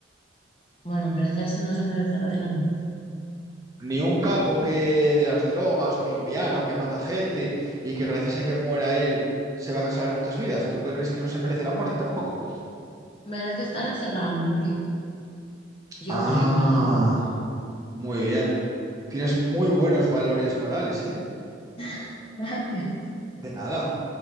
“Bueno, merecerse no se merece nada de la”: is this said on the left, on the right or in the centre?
Left